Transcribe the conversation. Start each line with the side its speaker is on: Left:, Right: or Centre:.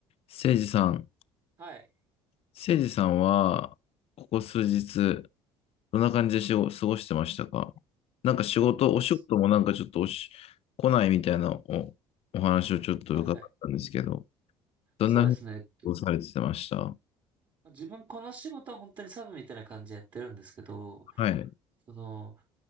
Left: せいじさん、
Right: はい。
Left: せいじさんは、ここ数日、どんな感じでしご過ごしてましたかなんか仕事、
Right: ここす、
Left: お仕事もなんかちょっとおし、来ないみたいなお、お話をちょっと伺ったんですけど、
Right: はいはい。
Left: どんなふうに過ごされてましたは
Right: そうですね。と自分この仕事は本当にサブみたいな感じでやってるんですけど、
Left: い、
Right: その、